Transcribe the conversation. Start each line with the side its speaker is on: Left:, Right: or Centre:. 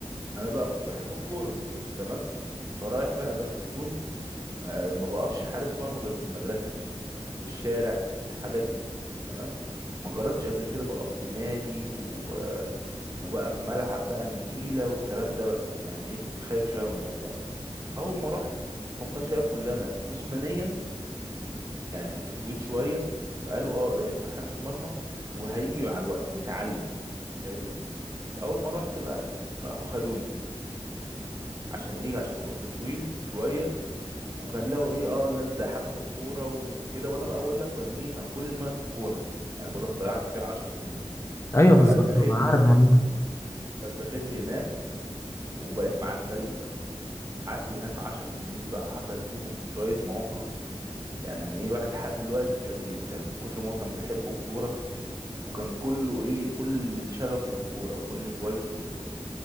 Right: انا بقى كنت بحب الكوره تمام فرايح بقى بس كنت آه ما بقفش حارس مرمى غير في المدرسه في الشارع في الحاجات دي تمام ما جربتش قبل كده بقف في نادي و... وبقى في ملعب بقى نجيله والكلام ده بقى يعني ايه كنت خايف شويه من الموضوع ده اول ما رحت هم شافوا اللي انا جسمانيا يعني كنت طويل شوية فقالوا اه ده ينفع حارس مرمى وهيجي مع الوقت بيتعلم فاهمني فأول ما رحت بقى راحوا خدوني عشان ايه عشان كنت طويل شوية وكان لقوا ايه اه لا انت حابب الكورة وكده وانا بقى اقول لك كان ايه كان كل دماغي في الكورة يعني بقول لك ضيعت فيها عشر سنين
Left: ايوه
Right: فاتخذت
Left: بالظبط انا عارف
Right: بقى
Left: يا عم.
Right: فاتخذت هناك وبقيت مع الفريق بقى قعدت هناك عشر سنين بقى حصل فيهم شوية مواقف يعني ايه الواحد لحد دلوقتي مش قادر ينساها من كتر ما هو كان بيحب الكورة وكان كله ايه كل شغفه للكوره وكل هوايته للكوره